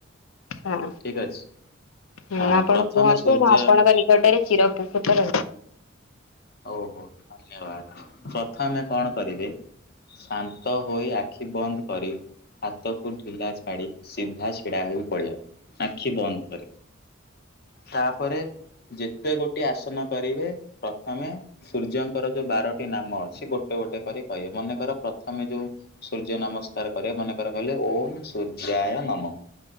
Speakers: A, on the left; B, on the left.
A: ହଁ,
B: ଠିକ ଅଛି।
A: ହୁଁ
B: ହଁ
A: ଆପଣ
B: ପ୍ରଥମେ
A: କୁହନ୍ତୁ
B: ସୂର୍ଯ୍ୟ
A: ମୁଁ ଆପଣଙ୍କ ନିକଟରେ ଚିରଉପ ସୁଟ <inaudible>
B: ଓହୋ ଧନ୍ୟବାଦ ପ୍ରଥମେ କଣ କରିବେ ଶାନ୍ତ ହୋଇ ଆଖି ବନ୍ଦ କରି ହାତକୁ ଢିଲା ଛାଡି ସିଧା ଛିଡା ହୋଇ ପଡ଼ିବେ ଆଖି ବନ୍ଦ କରି! ତାପରେ ଯେତେ ଗୋଟିେ ଆସନ କରିବେ -ପ୍ର - ପ୍ରଥମେ ସୂର୍ଯ୍ୟଙ୍କର ଯୋଉ ବାରଟି ନାମ ଅଛି ଗୋଟେ ଗୋଟେ କରି କହିବେ ମନେକର ପ୍ରଥମେ ଯୋଉ ସୂର୍ଯ୍ୟ ନମସ୍କାର କରିବେ ମନେକର କହିଲେ ଓମ୍ ସୂର୍ଯ୍ୟାୟ ନମଃ!